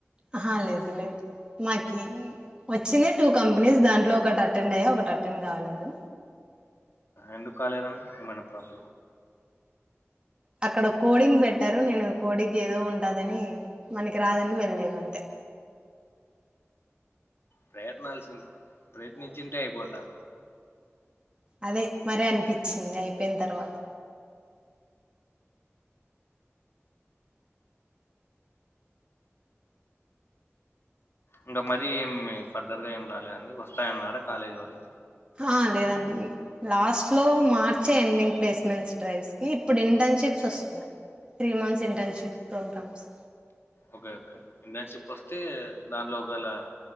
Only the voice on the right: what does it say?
ఆహ లేదు లేదు మాకి వచ్చింది టూ కంపెనీస్ దాంట్లో ఒకటి అటెండ్ అయ్యా ఒకటి అటెండ్ కావలేదు
అక్కడ కోడింగ్ పెట్టారు నేను కోడింగ్ ఏదో ఉంటదని మనకి రాదని వెళ్లేద అంతే
అదే మరి అనిపిచ్చింది అయిపోయిన తర్వాత
ఆ లేదండి లాస్ట్ లో మార్చే ఎండింగ్ ప్లేస్మెంట్స్ డ్రైవ్స్ కి ఇప్పుడు ఇంటన్షిప్ వస్తున్నాయ్. Three months internship programmes